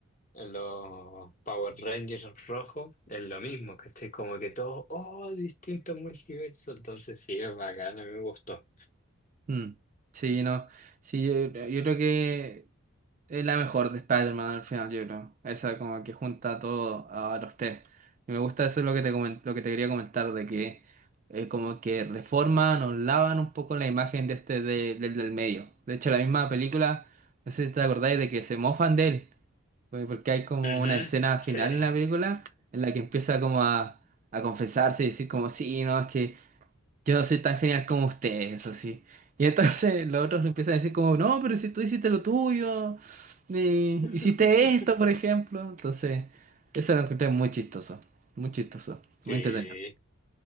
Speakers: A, on the left; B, on the right.
A: los Power Rangers rojos, es lo mismo, ¿cachai? Como que todos, oh, distintos multiversos, entonces sí, es bacán, a mí me gustó.
B: Ujú. Sí, no. Sí, yo, yo creo que es la mejor de Spider-Man al final, yo creo. Esa como que junta todo a los tres. Y me gusta eso es lo que te comen- lo que te quería comentar, de que eh, como que reforman o lavan un poco la imagen de este de- del del medio. De hecho, la misma película, no sé si te acordáis de que se mofan de él. Pues Porque hay como
A: Ujú,
B: una escena final
A: sí.
B: en la película en la que empieza como a, a confesarse y decir como sí, no, es que yo no soy tan genial como ustedes eso sí. Y entonces <laughs> los otros le empiezan a decir como, no, pero si tú hiciste lo tuyo, eh,
A: <laughs>
B: hiciste esto, por ejemplo. Entonces, eso lo encontré muy chistoso, muy chistoso,
A: Sí,
B: muy entretenido.